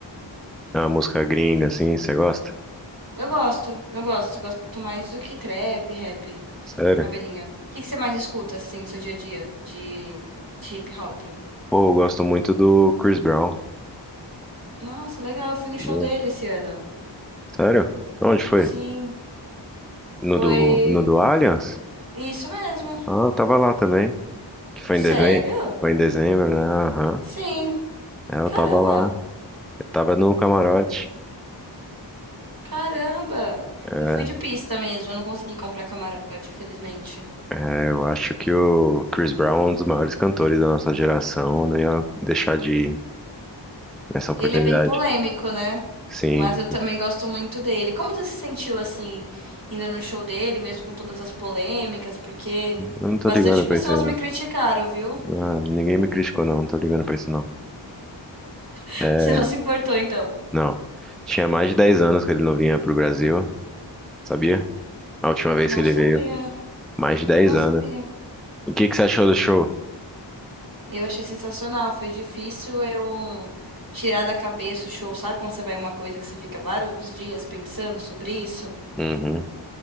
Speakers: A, in the centre; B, on the right.
A: É uma música gringa assim, você gosta?
B: Eu gosto, eu gosto. Gosto mais do que trap, rap,
A: Sério?
B: cabelinho. O que que você mais escuta, assim, no seu dia a dia de, de hip hop?
A: Pô, eu gosto muito do Chris Brown.
B: Nossa, legal, eu fui no
A: sabia?
B: show dele esse ano.
A: Sério? Onde foi?
B: Sim,
A: No
B: foi
A: do, no do Allianz?
B: isso mesmo.
A: Ah, eu tava lá também. Que foi
B: Sério?
A: em dezembro? Foi em dezembro, né? Aham.
B: Sim.
A: É, eu
B: Caramba,
A: tava lá. Eu tava no camarote.
B: caramba.
A: É.
B: Eu fui de pista mesmo, eu não consegui comprar camarote, infelizmente.
A: É, eu acho que o Chris Brown é um dos maiores cantores da nossa geração, não ia deixar de ir nessa oportunidade.
B: Ele é bem polêmico, né?
A: Sim,
B: Mas eu também gosto muito dele. Como você se sentiu assim, indo no show dele, mesmo com todas as polêmicas? Porque
A: eu não tô
B: bastante
A: ligando
B: pessoas
A: pra isso aí, não.
B: me criticaram, viu?
A: Ah, ninguém me criticou, não, não tô ligando pra isso, não.
B: <laughs>
A: É,
B: Você não se importou, então?
A: não. Tinha mais de 10 anos que ele não vinha pro Brasil, sabia? A última vez
B: Não
A: que ele
B: sabia,
A: veio, mais de dez
B: não
A: anos.
B: sabia.
A: E o que que você achou do show?
B: Eu achei sensacional. Foi difícil eu tirar da cabeça o show. Sabe quando você vai em uma coisa que você fica vários dias pensando sobre isso?
A: Uhum,